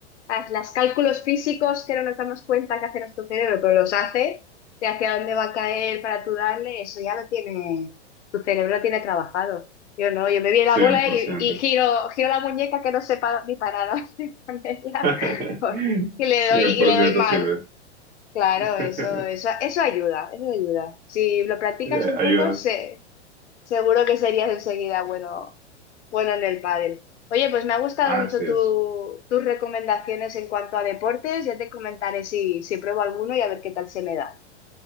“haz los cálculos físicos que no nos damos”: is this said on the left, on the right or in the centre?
Left